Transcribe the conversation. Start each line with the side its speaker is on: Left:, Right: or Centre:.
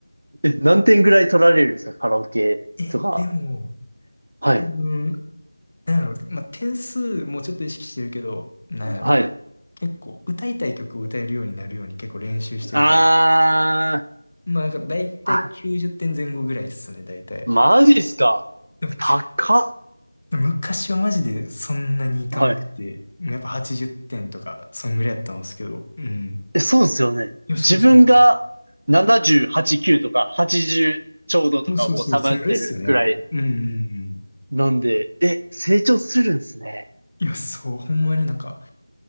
Right: え、何点ぐらい取られるんですかカラオケとか。
Left: え、でも、
Right: はい。
Left: うーん、なんやろ、まあ、点数もちょっと意識してるけど、なんやろ、
Right: はい。
Left: 結構歌いたい曲を歌えるようになるように結構練習してるから。
Right: あー。
Left: まあなんか大体90点前後ぐらいっすね、
Right: あ、
Left: 大体。
Right: マジっすか。
Left: でもき
Right: 高っ。
Left: 昔はマジでそんなにいかんくて、
Right: はい。
Left: やっぱ80点とか、そんぐらいやったんですけど、うん。
Right: え、そうですよね。
Left: いや、そうそうそう。
Right: 自分が70、89とか80ちじゅうちょうどとかをさまよってるぐらい
Left: そうそうそう、そんぐらいっすよね、やっぱ。うんうんうん。
Right: なんで、え、成長するんですね。
Left: いや、そう、ほんまになんか、